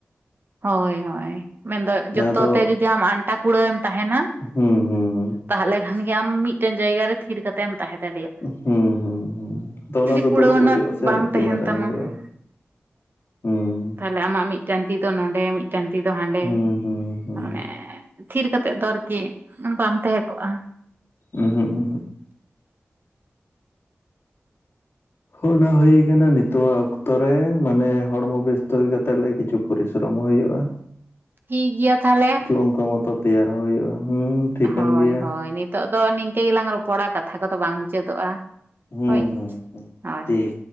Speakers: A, on the right (about 50°); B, on the left (about 65°).
A: ᱦᱳᱭ ᱦᱳᱭ ᱾ ᱢᱮᱱᱫᱚ
B: ᱡᱟᱦᱟᱸ
A: ᱡᱚᱛᱚ
B: ᱫᱚ
A: ᱛᱮ ᱡᱚᱫᱤ ᱟᱢ ᱟᱱᱴᱟ ᱠᱩᱲᱟᱹᱣᱮᱢ ᱛᱟᱦᱮᱱᱟ
B: ᱦᱩᱸ ᱦᱩᱸ
A: ᱛᱟᱦᱚᱞᱮ ᱠᱷᱟᱱ ᱜᱮ ᱟᱢ ᱢᱤᱫᱴᱮᱱ ᱡᱟᱭᱜᱟ ᱨᱮ ᱛᱷᱤᱨ ᱠᱟᱛᱮᱢ ᱛᱟᱦᱮᱸ ᱫᱟᱲᱮᱭᱟᱜ᱾
B: ᱦᱩᱸ ᱦᱩᱸ ᱦᱩᱸ ᱟᱫᱚ ᱚᱱᱟ ᱫᱚ
A: ᱠᱩᱲᱟᱹᱣᱱᱟ
B: ᱫᱩᱲᱩᱵ ᱦᱩᱭᱩᱜ-ᱟ
A: ᱵᱟᱝ
B: ᱥᱮ
A: ᱛᱟᱦᱮᱱ
B: ᱛᱮᱭᱟᱨᱟᱜ
A: ᱛᱟᱢᱟ
B: ᱦᱩᱭᱩᱜᱼᱟ? ᱦᱩᱸ ᱾
A: ᱛᱟᱦᱞᱮ ᱟᱢᱟᱜ ᱢᱤᱫᱴᱟᱱ ᱛᱤ ᱫᱚ ᱱᱚᱰᱮ ᱢᱤᱫᱴᱟᱱ ᱛᱤ ᱫᱚ ᱦᱟᱸᱰᱮ
B: ᱦᱩᱸ ᱦᱩᱸ ᱦᱩᱸ
A: ᱢᱟᱱᱮ ᱛᱷᱤᱨ ᱠᱟᱛᱮᱫ ᱫᱚ ᱟᱨᱠᱤ ᱵᱟᱢ ᱛᱟᱦᱮᱸ ᱠᱚᱜᱼᱟ ᱾
B: ᱩᱦᱩᱸ ᱩᱦᱩᱸ ᱾ ᱚᱱᱟ ᱦᱩᱭ ᱟᱠᱟᱱᱟ ᱱᱤᱛᱚᱜᱟᱜ ᱚᱠᱛᱚ ᱨᱮ ᱢᱟᱱᱮ ᱦᱚᱲᱢᱚ ᱵᱮᱥᱛᱚ ᱦᱩᱭ ᱠᱟᱛᱮ ᱞᱮ ᱠᱤᱪᱷᱩ ᱯᱚᱨᱤᱥᱨᱚᱢ ᱦᱩᱭᱩᱜᱼᱟ ᱾
A: ᱴᱷᱤᱠ ᱜᱮᱭᱟ ᱛᱟᱞᱦᱮ ᱾
B: ᱚᱱᱠᱟ ᱢᱚᱛᱚ ᱛᱮᱭᱟᱨ ᱦᱚᱸ ᱦᱩᱭᱩᱜᱼᱟ ᱦᱩᱸ ᱴᱷᱤᱠᱟᱹᱱ
A: ᱦᱳᱭ
B: ᱜᱮᱭᱟ
A: ᱦᱳᱭ᱾ ᱱᱤᱛᱚᱜᱜ ᱫᱚ ᱱᱤᱝᱠᱟᱹ ᱜᱮᱞᱟᱝ ᱨᱚᱯᱚᱲᱟ, ᱠᱟᱛᱷᱟ ᱠᱚᱫᱚ ᱵᱟᱝ ᱢᱩᱪᱟᱹᱫᱚᱜᱼᱟ᱾
B: ᱦᱩᱸ
A: ᱦᱳᱭ᱾
B: ᱦᱩᱸ ᱦᱩᱸ
A: ᱦᱳᱭ᱾
B: ᱴᱷᱤᱠ